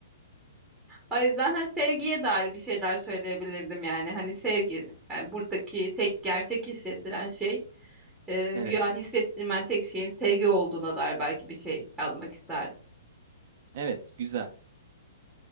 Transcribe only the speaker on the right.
Evet.
Evet. Güzel.